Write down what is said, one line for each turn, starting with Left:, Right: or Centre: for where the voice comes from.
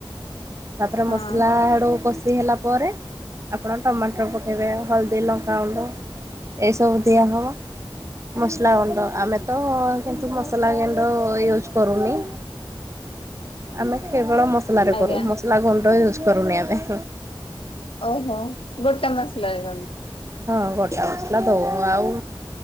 Right: ତାପରେ
Left: ହଁ
Right: ମସଲା ଆଡୁ କଷି ହେଲା ପରେ। ଆପଣ ଟମାଟର ପକାଇବେ ହଳଦୀ ଲଙ୍କା ଗଣ୍ଡ। ଏଇସବୁ ଦିଆ ହବ ମସଲା ଗୁଣ୍ଡ ଆମେ ତ କିନ୍ତୁ ମସଲା ଗେଣ୍ଡ ୟୁଜ୍ କରୁନି ଆମେ କେବଳ ମସଲାରେ
Left: ଆଜ୍ଞା
Right: କରୁ ମସଲା ଗୁଣ୍ଡ ୟୁଜ କରୁନି ଆମେ
Left: ଓହୋ ଗୋଟା ମସଲା <inaudible>
Right: ହଁ ଗୋଟା ମସଲା ଦଉ ଆଉ